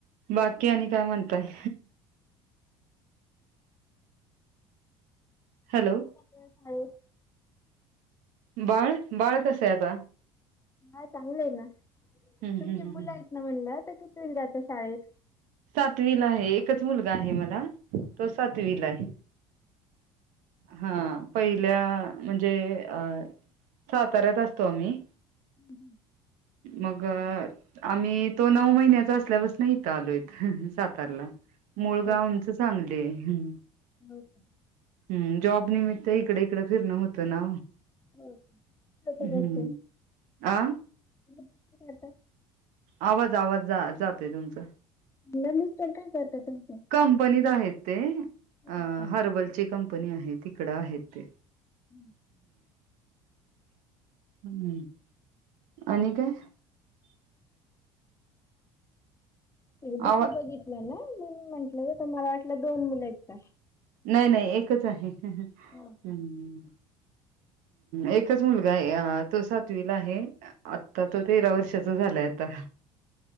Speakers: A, on the right; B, on the left.
A: बाकी आणि काय म्हणताय. हॅलो
B: शाळेत
A: बाळ बाळ कसं आहे आता?
B: हय चांगलं आहे ना
A: हम्म
B: तुमच्या
A: हम्म
B: मुलं
A: हम्म
B: आहेत ना म्हणलं तर कसल जात शाळेत?
A: सातवीला आहे एकच मुलगा आहे मला तो सातवीला आहे. हा पहिल्या म्हणजे अ साताऱ्यात असतो आम्ही.
B: हम.
A: मग आम्ही तो नऊ महिन्याचा असल्यापासन इथं आलोय. सातारला मुळगाव
B: हो
A: आमचं
B: का
A: सांगली आहे.
B: हो का.
A: हम् जॉब निमित्त इकडे इकडे फिरणं होत. त ना
B: हो का काय
A: हम्म
B: घरचे
A: आ.
B: करता
A: आवाज आवाज जाते तुमच
B: म्हणलं मिस्टर काय करता तुमचे
A: कंपनीत आहेत. ते अ
B: हो का
A: हर्बलची कंपनी आहे तिकड आहेत ते.
B: हम्म
A: हम्म आणि काय.
B: डीपी
A: आवा
B: बघितलं ना म्हणून म्हटलं ज मला वाटलं दोन मुलं आहेत.
A: नाही नाही एकच आहे. हम्म
B: हो का
A: एकच मुलगा आहे तो सातवीला आहे आता तो तेरा वर्ष. त्याच झालं आहे आता.